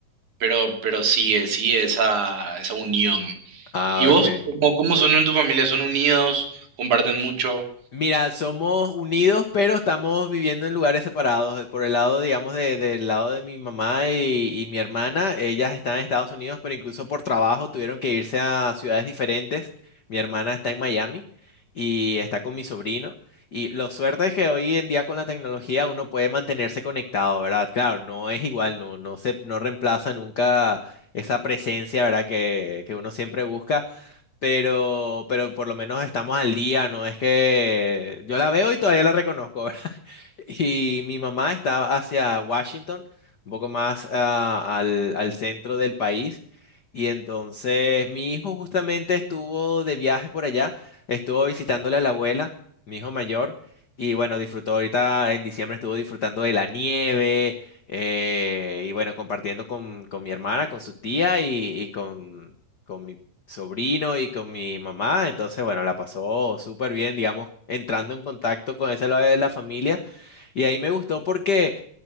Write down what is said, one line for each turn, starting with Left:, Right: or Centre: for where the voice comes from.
Right: pero, pero sí, eh, sí, esa, esa unión.
Left: Ah,
Right: ¿Y vos?
Left: ok.
Right: ¿Cómo, cómo son en tu familia? ¿Son unidos? ¿Comparten mucho?
Left: Mira, somos unidos, pero estamos viviendo en lugares separados. Por el lado, digamos, de- del lado de mi mamá y, y mi hermana, ellas están en Estados Unidos, pero incluso por trabajo tuvieron que irse a ciudades diferentes. Mi hermana está en Miami y está con mi sobrino. Y lo suerte es que hoy en día con la tecnología uno puede mantenerse conectado, ¿verdad? Claro, no es igual, no, no se, no reemplaza nunca esa presencia, ¿verdad? Que, que uno siempre busca pero, pero por lo menos estamos al día, ¿no? Es que yo la veo y todavía la reconozco, <laughs> Y mi mamá estaba hacia Washington, un poco más ah, al, al centro del país. Y entonces mi hijo justamente estuvo de viaje por allá, estuvo visitándole a la abuela, mi hijo mayor. Y bueno, disfrutó ahorita en diciembre, estuvo disfrutando de la nieve eh, y bueno, compartiendo con, con mi hermana, con su tía y, y con, con mi sobrino y con mi mamá. Entonces, bueno, la pasó súper bien, digamos, entrando en contacto con ese lado de la familia y ahí me gustó porque